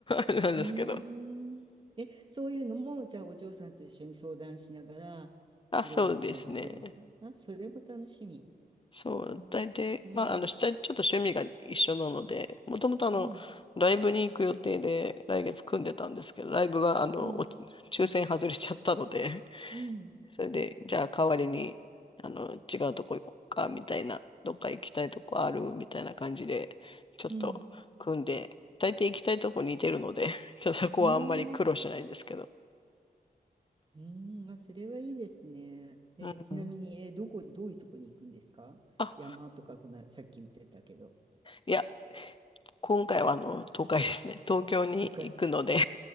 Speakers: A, on the left; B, on the right.
A: あれなんですけど。
B: うーん。え、そういうのも、じゃあお嬢さんと一緒に相談しながら、
A: あ、
B: いろいろプラン立てるんですかあ、
A: そうですね。
B: それも楽しみ。
A: そう、
B: うん。
A: 大体、
B: うん。
A: まあ、あの、しちゃちょっと趣味が一緒なので、もともとあの、
B: うん。
A: ライブに行く予定で来月組んでたんですけど、ライブがあの、
B: うん。
A: お抽選外れちゃったので、
B: うん。
A: それで、じゃあ代わりに、あの、違うとこ行こうか、みたいな、どっか行きたいとこある、みたいな感じで、ちょっと組んで、
B: うん。
A: 大抵行きたいとこ似てるので、<laughs> ちょっとそこはあんまり苦労しないんですけど。
B: うん。うんあ、それはいいですね。えーちなみに、
A: うん。
B: えーどこ、どういうとこに行くんですか山とか、
A: あ、
B: この、さっき言ってたけど。
A: いや、今回はあの、東海ですね。<laughs> 東京に行くので
B: とか。